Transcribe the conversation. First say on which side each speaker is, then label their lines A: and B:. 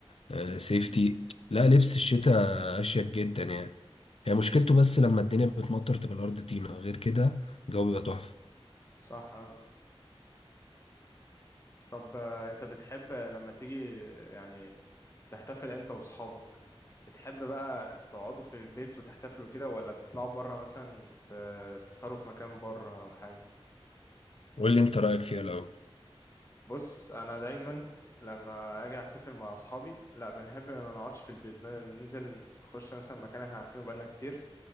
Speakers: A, on the left; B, on the left.
A: آه، سيفتي لا لبس الشتا أشيك جدا يعني هي مشكلته بس لما الدنيا بتمطر تبقى الأرض طينة غير كده الجو بيبقى تحفة
B: صح اه طب آه، انت بتحب لما تيجي آه، يعني تحتفل انت واصحابك بتحب بقى تقعدوا في البيت وتحتفلوا كده ولا تطلعوا بره مثلا ت- تسهروا في مكان بره او حاجة
A: قول لي انت رأيك فيها الأول
B: بص انا دايما لما اجي احتفل مع اصحابي لا بنحب ما نقعدش في البيت ن- ننزل نخش مثلا مكان احنا عارفينه بقالنا كتير